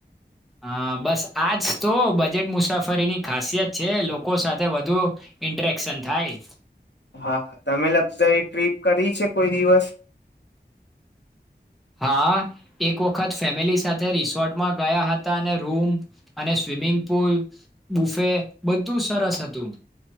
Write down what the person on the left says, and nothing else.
હા તમે લક્ઝરી ટ્રીપ કરી છે. કોઈ દિવસ